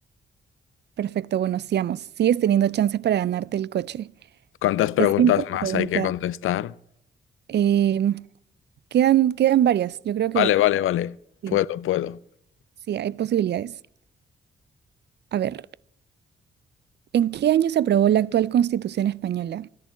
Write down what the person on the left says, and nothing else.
¿Cuántas preguntas
más hay que contestar?
Vale, vale, vale.
Puedo, puedo.